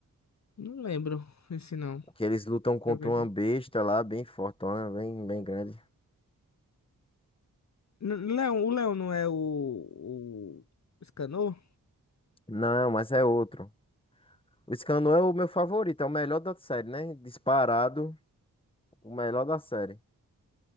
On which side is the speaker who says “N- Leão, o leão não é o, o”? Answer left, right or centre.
Left